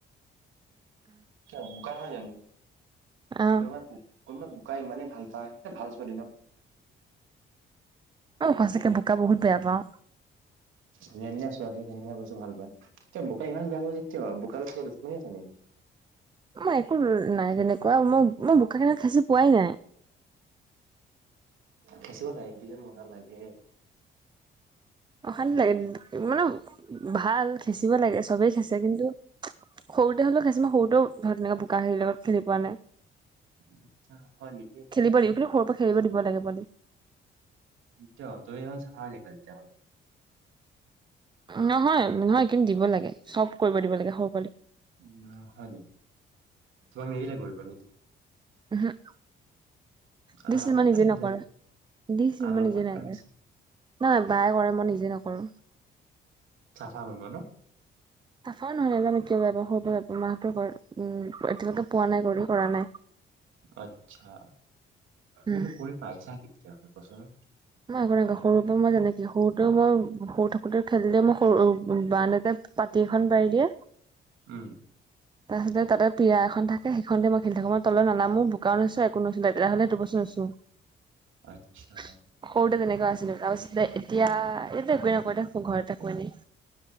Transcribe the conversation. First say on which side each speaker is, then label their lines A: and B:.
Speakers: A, on the right; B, on the right.
A: কিয় বোকা নহয় জানো?
B: অ',
A: কবাত ক বোকাই ইমানেই ভাল পায় এ ভাল ছোৱালী ন।
B: অ সঁচাকে বোকা বহুত বেয়া পাওঁ।
A: ধুনীয়া ছোৱালী ধুনীয়া বস্তু ভাল পায়। বোকা ইমান বেয়া পোৱা যে কিয়? বোকাৰ লগত কিবা দুচমনি আছে নেকি?
B: মই একো নাই যেনেকুৱা মই মই বোকাখত খাচি পোৱাই নাই।
A: খচিব লাগে কি যে মজা লাগে।
B: অশান্তি লাগে মানে ভাল খেচিব লাগে চবেই খেচে কিন্তু। সৰুতে হলেও খাইচি মই সৰুতেও ধৰ তেনেকে বোকা হিৰ লগত খেলি পোৱা নাই।
A: উ হ হয় নেকি।
B: খেলিব দিব কিন্তু সৰুৰ পৰা খেলিব দিব লাগে পোৱালি।
A: কিয় তুমি ইমান চাফা নেকি তেতিয়াহলে?
B: নহয় নহয় কিন্তু দিব লাগে চব কৰিব দিব লাগে সৰু পোৱালিক।
A: <unintelligible>
B: উম হুম দিছিল
A: আলাসত
B: মই নিজে
A: ৰাখিছে
B: নাই কৰা। দিছিল
A: আলাসত
B: মই নিজে নাই
A: ৰাখিছে
B: কৰা। নাই বায় কৰে মই নিজে নকৰো।
A: চাফা কৰিব ন
B: চাফা নহয় ক বাৰ সৰু বা ৰ মাহটো উ এতিয়ালৈকে পোৱা নাই কৰি কৰা নাই
A: আচ্ছা তইনো
B: উম
A: কৰি পাইচা কি তেতিয়াহলে কোৱাচোন।
B: ন একো নাই সৰুৰ পৰা মই যেনেকি সৰুতে মই সৰু থাকোতে খেলিলে মই বাৰান্দাতে পাতি এখন পাৰি দিয়ে
A: উম
B: তাৰপিছত তাতে পিয়া এখন থাকে সেইখনতেই খেলি থাকো। মই তললে নানামো, বোকাও নোছো একো নোছো। লেতেৰা হ'লে বস্তু সৰুতে
A: আচ্ছা
B: তেনেকোৱা আছিলে তাৰপাছত এতিয়া এ একোৱে নকৰো ঘৰত থাকো এনেই।